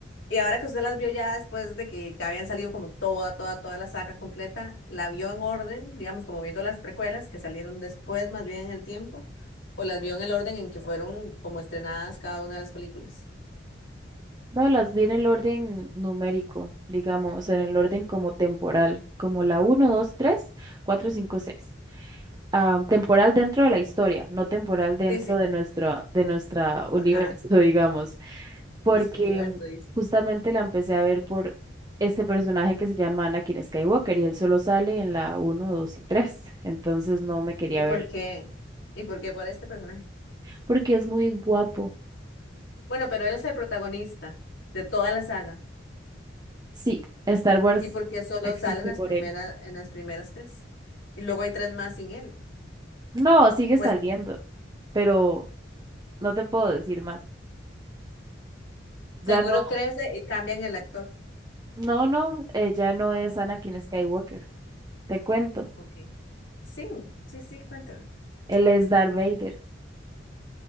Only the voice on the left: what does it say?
y ahora que usted las vio ya después de que ya habían salido como toda, toda, toda la saga completa, ¿la vio en orden, digamos, como viendo las precuelas que salieron después, más bien en el tiempo, o las vio en el orden en que fueron como estrenadas cada una de las películas?
Sí, sí.
Ajá.
Nuestro universo,
¿Y por
qué? ¿Y por qué por este personaje?
Bueno, pero él es el protagonista de toda la saga.
¿Y por qué solo
sale en las
primeras,
en las primeras tres? Y luego hay tres más sin él.
Pues
seguro
crece y cambian el actor.
Ok. Sí, sí, sí, cuéntame.